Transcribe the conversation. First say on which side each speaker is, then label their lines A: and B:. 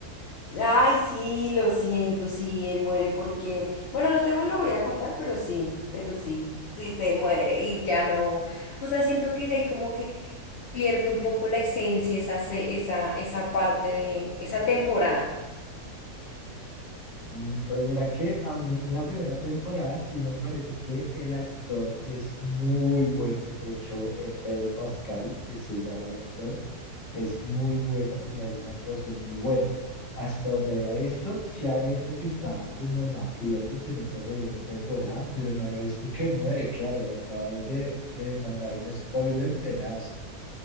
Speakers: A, on the left; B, on the left.
A: Ay, sí, lo siento, sí, él muere porque, bueno, no te vu- lo voy a contar, pero sí, pero sí, sí se muere y ya no, o sea, siento que ya ahí como que pierde un poco la esencia esa, se- esa, esa parte de, esa temporada.
B: Mm, Pues mira que a mí en la primera temporada sí me parece que el actor es muy bueno. De hecho, eh, Pedro Pascal eh, se llama el actor. es muy bueno y hace una actuación muy buena. Hasta donde había visto, sí había visto que estaba como en aprietos en esta segunda temporada, pero no había visto que muere. Claro, me acabas de, de mandar un spoiler tenaz.